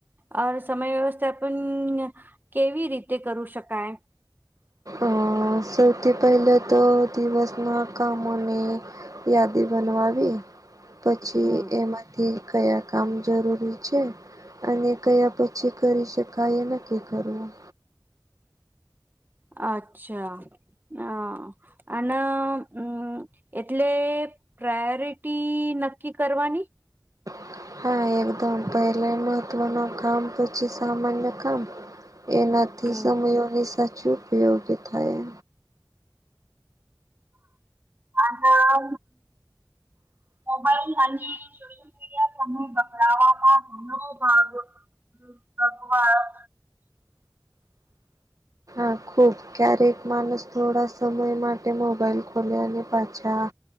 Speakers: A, on the right; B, on the right.
A: આ સમય વ્યવસ્થાપણ કેવી રીતે કરું શકાય?
B: અ સૌથી પેહલા તો દિવસના કામની યાદી બનવાવી, પછી
A: હમ
B: એમાં થી કયા કામ જરૂરી છે અને કયા પછી કરી શકાય એ નક્કી કરવું.
A: અચ્છા ના. અને હમ્મ એટલે પ્રાયોરિટી નક્કી કરવાની.
B: <inaudible> હા એકદમ પેહલા મહત્ત્વનું કામ પછી સામાન્ય કામ. એનાથી
A: હમ
B: સમયોની સાચી ઉપયોગી થાય.
A: આ હા, મોબાઈલ અને સોશિ યલ મીડિયા પ્રમાણે ભગડાવામાં ઘણો ભાગ ભજવાયો.
B: હા ખૂબ ક્યારેક માણસ થોડા સમય માટે મોબાઈલ ખોલે અને પાછા